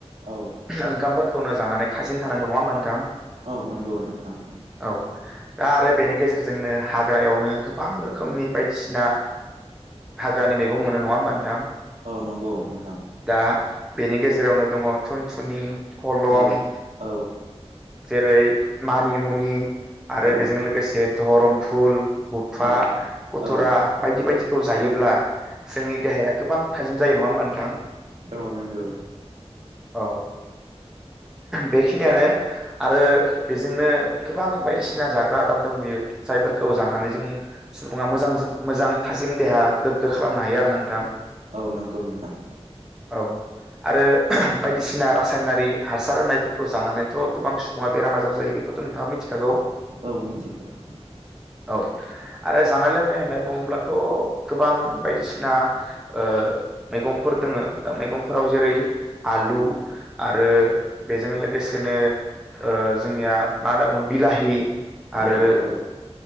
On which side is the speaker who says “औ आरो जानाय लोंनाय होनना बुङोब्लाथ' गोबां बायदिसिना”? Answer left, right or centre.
Centre